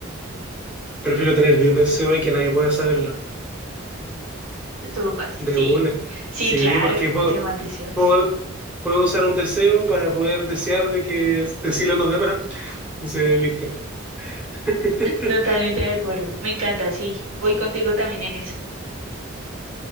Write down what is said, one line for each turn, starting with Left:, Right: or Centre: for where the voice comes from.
Centre: Prefiero tener 10 deseos y que nadie pueda saberlo.
Right: Estuvo fácil.
Centre: De
Right: Sí,
Centre: una.
Right: sí,
Centre: Sí,
Right: claro,
Centre: porque puedo,
Right: entre más deseos.
Centre: puedo, puedo usar un deseo para poder desear de que decirle a los demás. Entonces, listo. <laughs>
Right: Totalmente de acuerdo. Me encanta, sí. Voy contigo también en esa.